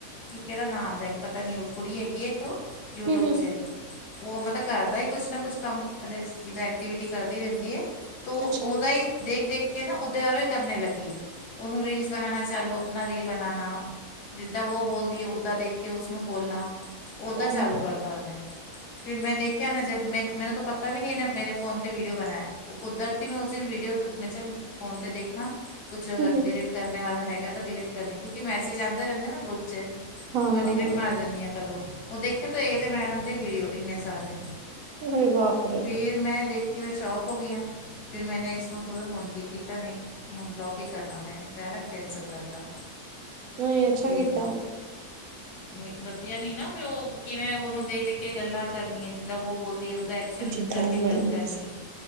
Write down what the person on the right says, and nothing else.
ਹਮ
ਅੱਛਾ
ਓਹੋ
ਹਮ
ਹਮ
ਹਾਂ
ਹਾਂ
ਹਾਂ
ਅਰੇ ਬਾਪ ਰੇ
ਨਹੀਂ ਅੱਛਾ
ਕੀਤਾ।
<unintelligible> ਨਹੀਂ